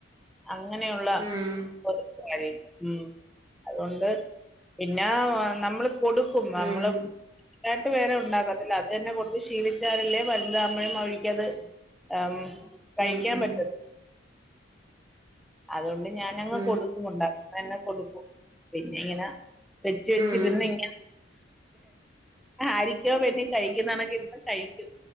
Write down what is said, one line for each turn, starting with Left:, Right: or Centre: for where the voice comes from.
Centre: അങ്ങനെയൊള്ള
Right: ഉം
Centre: ഒർ ളയി ഉം അതോണ്ട് പിന്നാ നമ്മള് കൊട് ക്കും നമ്മള്
Right: ഉം
Centre: ഇതായിട്ട് വേറെ ഒണ്ടാക്കത്തില്ല അത് തന്നെ കൊടുത്ത് ശീലിച്ചാലല്ലേ വലുതാമ്പഴും അവരിക്കത് ആം കഴിക്കാൻ
Right: ഉം ഉം
Centre: പറ്റത്തു അതോണ്ട് ഞാനങ്ങ്
Right: ഉം
Centre: കൊടുക്കും ഒണ്ടാക്കിതന്ന കൊടുക്കും പിന്നെ ഇങ്ങന വെച് വെച്ചിരുന്നിങ്ങനെ
Right: ഉം
Centre: ആരിക്കോ വേണ്ടി കഴിക്കുന്നണക്കിരുന്നങ്ങ് കഴിക്കും